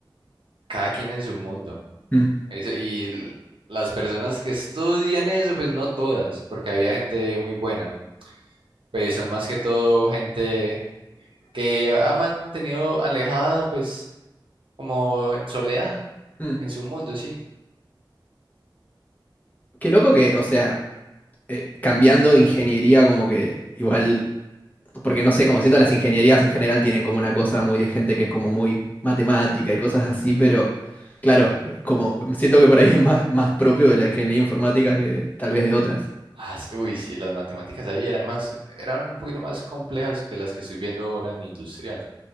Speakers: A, on the right; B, on the left.
A: Cada quien en su mundo.
B: Mm,
A: Eso, y l- las personas que estudian eso, pues no todas, porque había gente muy buena. Pues son más que todo gente que ha mantenido alejada, pues como en soledad,
B: mm.
A: en su mundo, sí.
B: Qué loco que, o sea, eh, cambiando ingeniería como que igual, porque no sé, como siento las ingenierías en general tienen como una cosa muy de gente que es como muy matemática y cosas así, pero claro, eh, como siento que por ahí es más, más propio de la ingeniería informática que tal vez de otras.
A: Ah, s- uy, sí, las matemáticas ahí eran más, eran un poquito más complejas que las que estoy viendo ahora en industrial,